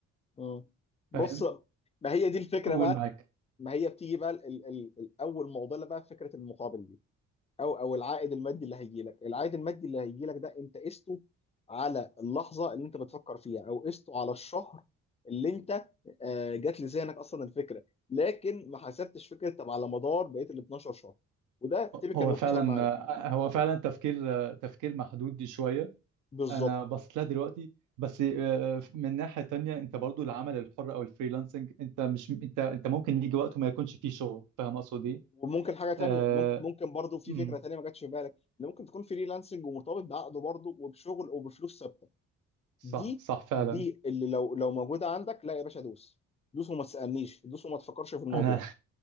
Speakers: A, on the left (about 20°); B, on the right (about 80°).
A: م. بص
B: فاهم
A: ما هي دي الفكره
B: فقول
A: بقى
B: معاك
A: ما هي بتيجي بقى ال ال الاول معضله بقى في فكره المقابل دي او او العائد المادي اللي هيجي لك العائد المادي اللي هيجي لك ده انت قسته على اللحظه اللي انت بتفكر فيها او قسته على الشهر اللي انت آه، جات لذهنك اصلا الفكره لكن ما حسبتش فكره طب على مدار بقيه ال 12 شهر وده تيبيكال
B: هو
A: اللي
B: فعلا
A: حصل معايا
B: آه، هو فعلا تفكير آه، تفكير محدود شوية
A: بالظبط
B: انا بصيت لها دلوقتي بس آه، من ناحية تانية انت برضو العمل الحر او الفريلانسنج انت مش انت انت ممكن يجي وقت وما يكونش فيه شغل فاهم اقصد ايه؟
A: وممكن حاجه تانية
B: آه،
A: ممكن ممكن برضو في
B: أمم،
A: فكره تانية ما جاتش في بالك ان ممكن تكون فريلانسنج ومرتبط بعقد برضو وبشغل وبفلوس ثابته
B: صح
A: دي
B: صح فعلا
A: دي اللي لو لو موجوده عندك لا يا باشا دوس دوس وما تسالنيش دوس وما تفكرش في الموضوع
B: انا